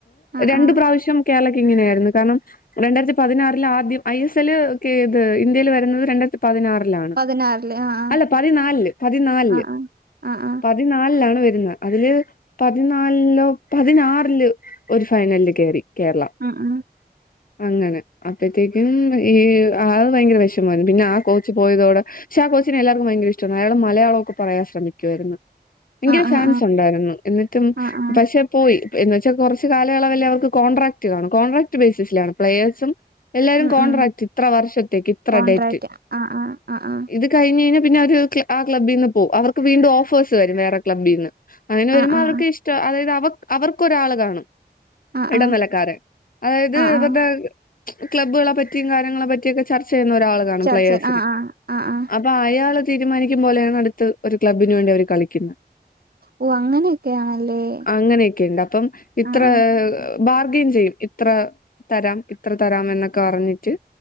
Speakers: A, on the right; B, on the left.
A: ആഹ്
B: രണ്ടു
A: ആഹ്
B: പ്രാവശ്യം കേരളക്ക് ഇങ്ങനെയായിരുന്നു കാരണം. രണ്ടായിരിത്തി പതിനാറില് ആദ്യം ഐ എസ് എൽ ഒക്കെ ഇത് ഇന്ത്യയിൽ വരുന്നത് രണ്ടായിരിത്തി പതിനാറിലാണ്
A: പതിനാറില് ആഹ് ആഹ്
B: അല്ല പതിനാലില് പതിനാലില്
A: ആഹ് ആഹ്
B: പ തിനാലിലാണ് വരുന്നത് അതില് പതിനാ നല്ലോ പതിനാറില് ഒരു ഫൈനലിൽ കേറി കേരള
A: ആഹ് ആഹ്
B: അങ്ങനെ അപ്പത്തേക്കും ഈഹ് ആഹ് അത് ഭയങ്കര വെഷമായിരുന്നു പിന്നെ ആ കോച്ച് പോയതോടെ ഷാ കോച്ചിനെ എല്ലാർക്കും ഭയങ്കര ഇഷ്ടാ അയാള് മലയാളൊക്കെ പറയാൻ ശ്രമിക്കുവായിരുന്നു. യങ്കര
A: ആഹ്
B: ഫാൻസ്
A: ആഹ്
B: ഉണ്ടായിരുന്നു എന്നിട്ടും
A: ആഹ് ആഹ് ആഹ് ആഹ് ആഹ്
B: പക്ഷെ പോയി എന്ന് വെച്ചാ കെറച്ച് കാലയളവല്ലേ അവർക്ക് കോൺട്രാക്ട് കാണൂ, കോൺട്രാക്ട് ബേസിസിലാണ് പ്ലയേഴ്സും. എല്ലാരും
A: ഉം
B: കോൺട്രാക്റ്റ്
A: ഉം
B: ഇത്ര വർഷത്തേക്ക് ഇത്ര
A: കോൺട്രാക്ട്
B: ഡേറ്റ്.
A: ആഹ് ആഹ് ആഹ് ആഹ്
B: ഇത് കഴിഞ്ഞ് കഴിഞ്ഞാ പിന്നെ അവര് ആ ക്ലബ്ബിന്ന് പോ, അവർക്ക് വീണ്ടും ഓഫേഴ്സ് വരും വേറെ ക്ലബ്ബീന്ന്. അങ്ങനെ വരുമ്പോ
A: ആഹ് ആഹ്
B: അവർക്ക് ഇഷ്ടാ, അതായത് അവ അവർക്ക് ഒരാള് കാണും.
A: ആഹ് ആഹ്
B: എടനിലക്കാര്
A: ആഹ്
B: അതായത്
A: ആഹ്
B: ഇവറടെ
A: ആഹ്
B: ക്ലബ്ബുകളെ പറ്റി കാര്യങ്ങളെ പറ്റിയൊക്കെ ചർച്ച ചെയ്യുന്ന ഒരാള് കാണും
A: ചർച്ച
B: പ്ലെയേഴ്സില്
A: ആഹ് ആഹ് ആഹ് ആഹ്
B: അപ് അപ്പൊ അയാള് തീരുമാനിക്കും പോലെയാണ് അടുത്ത് ഒരു ക്ലബിന് വേണ്ടി അവര് കളിക്കുന്ന്.
A: ഓഹ് അങ്ങനെയൊക്കെയാണല്ലേ.
B: അങ്ങനെയൊക്കെ ഇണ്ട് അപ്പം ഇത്രഹ്
A: ആഹ്
B: ബാർഗെയ്ൻ ചെയ്യും ഇത്ര തരാം ഇത്ര തരാം എന്നൊക്കെ പറഞ്ഞിട്ട്.